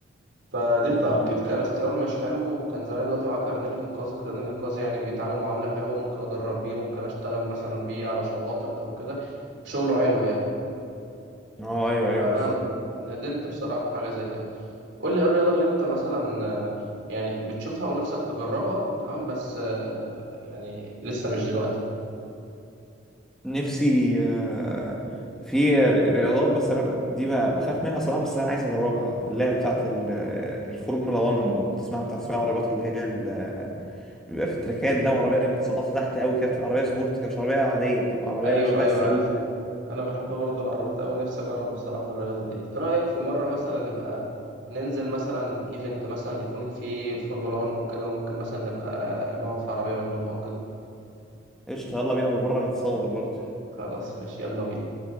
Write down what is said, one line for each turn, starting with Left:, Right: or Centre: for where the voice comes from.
Right: فدي
Centre: مم.
Right: اكيد كان اختيار مش حلو وكان زمان دلوقتي معاه كارنيه الانقاذ الكارنيه الانقاذ يعني بيتعامل معامله حلوه ممكن ادرب بيه ممكن اشتغل مثلا بيه على شواطئ او كده وشغله حلو يعني
Centre: اه ايوه ايوه
Right: فانا
Centre: بالظبط
Right: ندمت بصراحه حاجه زي كده قول لي ايه الرياضه اللي انت مثلا آه، يعني بتشوفها ونفسك تجربها تمام بس آه، يعني لسه مش دلوقتي
Centre: نفسي آه، في ر- رياضات بس انا ب- دي ب- بخاف منها صراحه بس انا عايز اجربها اللي هي بتاعت ال- الفورمولا 1 لو تسمع بتاع سباق العربيات اللي هي ال- بيبقى في التراكات ده وعربيه متسقطه تحت قوي كده بتبقى عربيه سبورت كده مش عربيه عاديه بتبقى عربيه
Right: ايوه
Centre: شبه
Right: ايوه
Centre: الصاروخ
Right: عارفها
Centre: كده
Right: انا بحب برضه العربيات اوي نفسي اجرب بصراحه الرياضه ديت ايه رايك في مره مثلا نبقى ننزل مثلا ايفنت مثلا يكون فيه الفورمولا 1 وكده ممكن مثلا نبقى نقعد في عربيه منهم او كده
Centre: قشطه يلا بينا بمره نتصور برضه
Right: خلاص ماشي يلا بينا